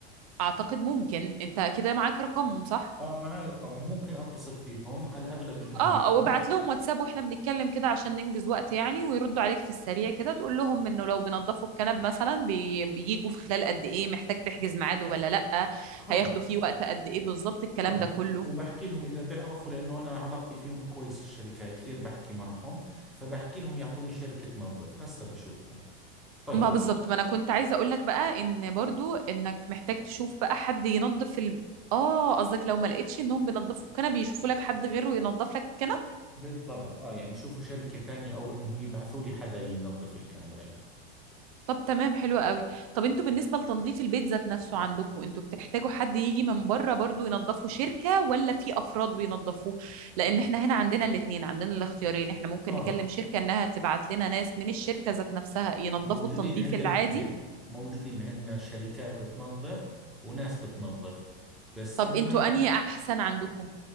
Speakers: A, on the right; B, in the centre.
A: اعتقد ممكن انت كده معاك رقمهم صح
B: آه معي رقمهم ممكن أتصل فيهم على الأغلب إنه
A: اه
B: عندهم
A: او ابعت لهم واتساب واحنا بنتكلم كده عشان ننجز وقت يعني ويردوا عليك في السريع كده تقول لهم انه لو بينضفوا الكنب مثلا بي... بيجوا في خلال قد ايه محتاج تحجز ميعاد ولا لا
B: خلص
A: هياخدوا فيه وقت قد ايه بالظبط الكلام
B: آه
A: ده كله
B: وبحكي لهم إذا بيعرفوا لأنه أنا علاقتي فيهم كويس الشركة كثير بحكي معهم فبحكي لهم يعطوني شركة تنظف هسا بشوفهم طيب
A: ما بالظبط ما انا كنت عايزه اقول لك بقى ان برضو انك محتاج تشوف بقى حد ينظف ال... اه قصدك لو ما لقيتش انهم بينظفوا الكنب يشوفوا لك حد غيره ينظف لك الكنب
B: بالضبط آه يعني شوفوا شركة ثانية أو إنهم يبعثوا لي حدا ينظف الكنبايات
A: طب تمام حلو قوي طب انتوا بالنسبة لتنظيف البيت ذات نفسه عندكم انتوا بتحتاجوا حد يجي من بره برضو ينظفوا شركة ولا في افراد بينظفوه لان احنا هنا عندنا الاتنين عندنا الاختيارين احنا ممكن
B: آه
A: نكلم شركة انها تبعت لنا ناس من الشركة ذات نفسها ينظفوا
B: موجودين
A: التنظيف
B: عند
A: العادي
B: الاثنين موجودين عندنا شركات بتنظف وناس بتنظف بس
A: طب
B: أنا
A: انتوا
B: ما
A: انهي احسن عندكم